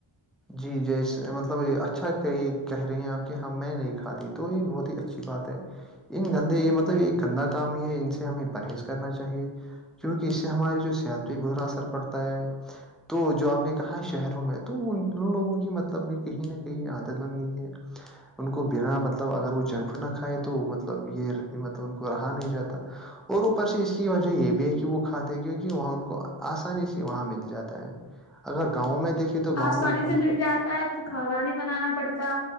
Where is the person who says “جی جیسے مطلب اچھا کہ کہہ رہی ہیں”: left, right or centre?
Centre